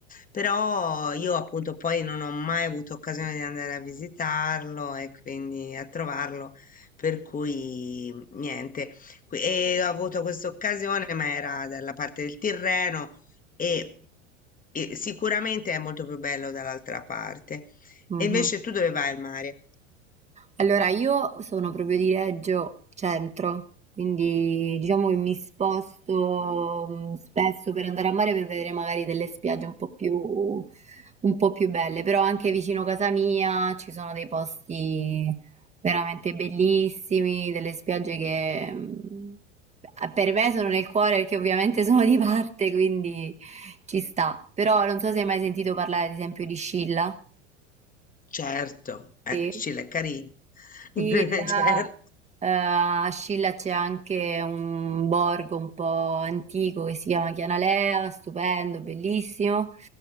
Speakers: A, on the left; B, on the right.
A: però io appunto poi non ho mai avuto occasione di andare a visitarlo e quindi a trovarlo, per cui niente, Qui- e ho avuto questa occasione ma era dalla parte del Tirreno e, e sicuramente è molto più bello dall'altra parte.
B: mh-mh.
A: E invece tu dove vai al mare?
B: Allora io sono proprio di Reggio Centro, quindi diciamo che mi sposto mm, spesso per andare a mare per vedere magari delle spiagge un po' più, un po' più belle, però anche vicino casa mia ci sono dei posti veramente bellissimi, delle spiagge che mm, per me sono nel cuore perché ovviamente <laughs> sono di parte, quindi ci sta. Però non so se hai mai sentito parlare ad esempio di Scilla.
A: Certo, eh,
B: Sì.
A: Scilaccarì. <laughs>
B: Sì, là,
A: Certo.
B: eh, a Scilla c'è anche un borgo un po' antico che si chiama Chianalea, stupendo, bellissimo.